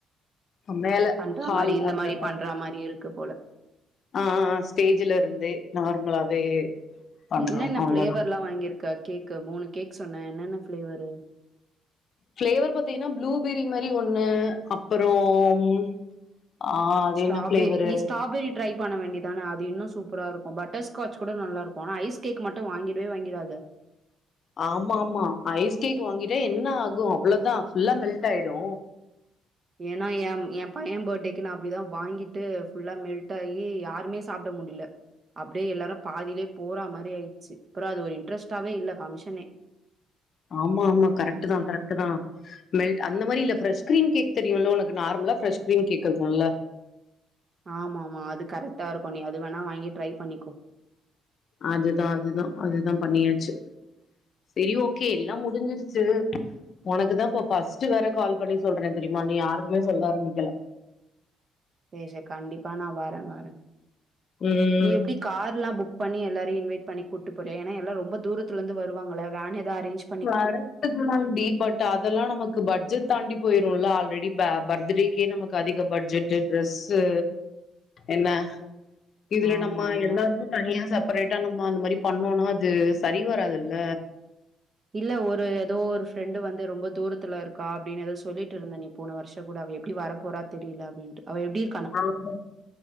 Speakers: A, on the left (about 50°); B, on the right (about 40°).
A: மேல
B: பண்ற
A: ஹால்
B: மாரி இந்த
A: அந்த
B: மாரி பண்ற மாரி இருக்கு போல
A: ஆ ஸ்டேஜ்ல இருந்து நார்மலாவே பண்றோ
B: என்னென்ன
A: அவ்ளோதா
B: ஃபிளேவர்ல்லா வாங்கிருக்க கேக்கு மூணு கேக் சொன்ன என்னென்ன ஃப்ளேவரு
A: ஃபிளேவர் பாத்தீங்னா ப்ளூபெரி மாரி ஒண்ணு அப்பறோம் ஆ அது
B: ஸ்ட்ராபெர்ரி
A: என்ன ஃப்ளேவரு
B: நீ ஸ்ட்ராபெர்ரி ட்ரை பண்ண வேண்டிதானே அது இன்னும் சூப்பரா இருக்கு பட்டர் ஸ்காச் கூட நல்லாருக்கு ஆனா ஐஸ் கேக் மட்டு வாங்கிடவே வாங்கிடாத
A: ஆம்மாம்மா ஐஸ் கேக் வாங்கிட்டா என்ன ஆகு அவ்ளோதா ஃபுல்லா மெல்ட் ஆயிடு
B: ஏனா ஏ ஏ பைய பேர்டேக்கு நான் அப்டிதா வாங்கிட்டு ஃபுல்லா மெல்ட் ஆயி யாருமே சாப்ட முடியல அப்டியே எல்லாரு பாதிலே போற மாரி ஆயிடுச்சி அப்ற அது ஒரு இன்ட்ரெஸ்டாவே இல்ல ஃபங்ஷனே
A: ஆமா ஆமா
B: அதனால.
A: கரெக்ட் தா கரெக்ட் தா மெல் அந்த மாரி இல்ல ஃப்ரஷ் கிரீ கேக் தெரியுல உனக்குர நார்மலா ஃப்ஷ் கிரீ கேக் இருக்குல
B: ஆமா ஆமா அது கரெக்டா இருக்கு நீ அது வேணா வாங்கி ட்ரை பண்ணிக்கோ
A: அதுதா அதுதா அதுதா பண்ணியாச்சு செரி ஓகே எல்லா முடிஞ்சிருச்சி உனக்கு தாப்பா ஃபஸ்ட்ட் வேற கால் பண்ணி சொல்ற தெரியுமா நீ யாக்குமே சொல்ல ஆரம்பிக்கில
B: செரி செரி கண்டிப்பா நா வர வர
A: ம்
B: நீ எப்டி கார் எல்லா புக் பண்ணி எல்லாரையு இன்வைட் பண்ணி கூட்டு போற ஏனா எல்லார ரொம்ப தூரத்துல இருந்து வருவாங்கல வேன் ஏதாவது அரேஞ்சி
A: வரட்டுக் <unintelligible> டி பட் அதெல்லா நமக்கு பட்ஜெட் தாண்டி போயிரும்ல ஆல்ரெடி பஅ பர்த்டேக்கே நமக்கு அதிக பட்ஜெட் ட்ரெஸ்சு என்ன இதுல
B: ஆமாமா.
A: நம்ம எல்லாருக்கு தனியா செப்பரேட்டா நம்ம அந்த மாதிரி பண்ணோனா அது சரி வராது இல்ல
B: இல்ல ஒரு ஏதோ ஒரு ஃப்ரெண்டு வந்து ரொம்ப தூரத்துல இருக்கா அப்டின்னு எதோ சொல்லிட்டு இருந்த நீ போன வருஷ கூட அவ எப்டி வரப்போறா தெரில அப்டின்ட்டு அவ எப்டி இ
A: ஆமா